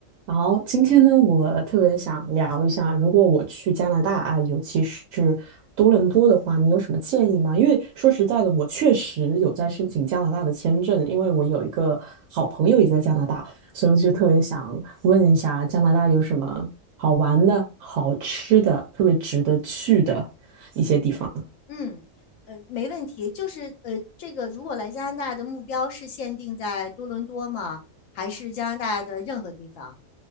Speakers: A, on the right; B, on the left.
A: 然后今天呢，我特别想聊一下，如果我去加拿大啊，尤其是多伦多的话，你有什么建议吗？因为说实在的，我确实有在申请加拿大的签证，因为我有一个好朋友也在加拿大，所以我就特别想问一下，加拿大有什么好玩的、好吃的、特别值得去的一些地方？
B: 嗯，呃，没问题。就是呃，这个如果来加拿大的目标是限定在多伦多吗？还是加拿大的任何地方？嗯